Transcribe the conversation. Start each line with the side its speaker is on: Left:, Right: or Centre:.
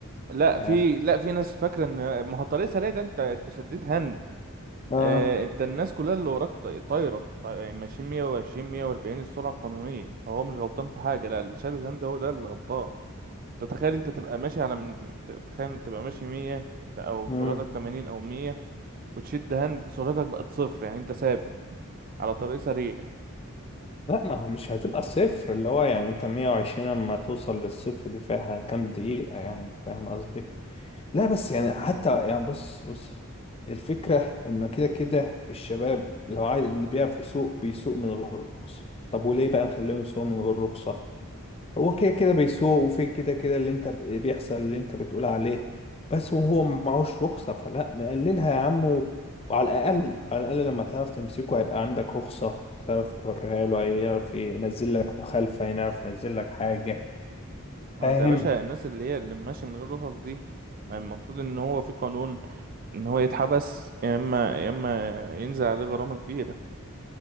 Right: لا
Left: يعني
Right: في لا في ناس فاكرة ان ما هو طريق سريع ده انت انت شديت هاند
Left: آه
Right: آه، انت الناس كلها اللي وراك طا- طايره طا- يعني ماشيين 120 140 السرعه القانونيه فهو مش غلطان في حاجه لا الشهاده هند هو ده اللي غلطان تتخيل انت تبقى ماشي على م- ت- تخيل تبقى ماشي 100 او
Left: مم.
Right: سرعتك 80 او 100 وتشد هند سرعتك بقت صفر يعني انت ثابت على طريق سريع
Left: لأ ما هو مش هتبقى صفر اللي هو يعني أنت 120 أما توصل للصفر دي فيها كام دقيقة يعني فاهم قصدي؟ لا بس يعني حتى يعني بص بص الفكرة إنه كده كده الشباب لو عايز اللي بيعرف يسوق بيسوق من غير رخصة طب وليه بقى نخليهم يسوقوا من غير رخصة هو كده كده بيسوق وفي كده كده اللي انت ب- بيحصل اللي انت بتقول عليه بس وهو معهوش رخصة فلا نقللها يا عم و- وعلى الأقل على الأقل لما تعرف تمسكه هيبقى عندك رخصة تعرف توريها له هيعرف ينزل لك مخالفة هيعرف ينزل لك حاجة فاهم
Right: هو انت يا باشا الناس اللي هي اللي ماشيه من غير رخص دي ما المفروض ان هو في قانون ان هو يتحبس يا اما يا اما ينزل عليه غرامه كبيره